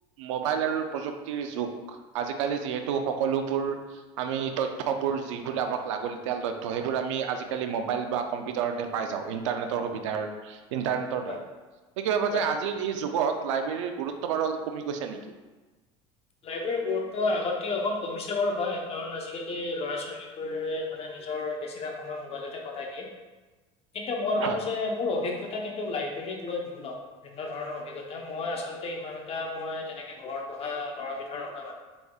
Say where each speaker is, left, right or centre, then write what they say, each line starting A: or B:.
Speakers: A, on the right (about 85°); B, on the left (about 40°).
A: মোবাইল আৰু প্ৰযুক্তিৰ যুগ। আজিকালি, যিহেতু সকলোবোৰ আমি তথ্যবোৰ, যি বোলে আমাক লাগতিয়াল তথ্য, সেইবোৰ আমি, আজিকালি মোবাইল বা কম্পিউটাৰ পাই যাওঁ। ইণ্টাৰনেটৰ সুবিধাৰ ইণ্টাৰনেটৰ
B: হয়
A: দ্বাৰা। <unintelligible> ভাবে
B: হয়।
A: যে, আজিৰ এই যুগত, লাইব্ৰেৰীৰ গুৰু ত্ব বাৰু <unintelligible> কমি গৈছে নেকি?
B: লাইব্ৰেৰীৰ গুৰুত্ব আগতকে অকণ কমিছে বাৰু। হয়! কাৰণ, আজিকালি ল'ৰা-ছোৱালীবোৰে মানে, নিজৰ বেছিভাগ সময় মোবাইলতে কটাই দিয়ে। কিন্তু, মই ভাবোঁ
A: হয়
B: যে, মোৰ অভিজ্ঞতা কি ন্তু, লাইব্ৰেৰীক লৈ বিভিন্ন, বিভিন্ন ধৰণৰ অভিজ্ঞতা। মই আচলতে ইমান এইয়া মই তেনেকে ঘৰত বহা বিধৰ নহয় মানে।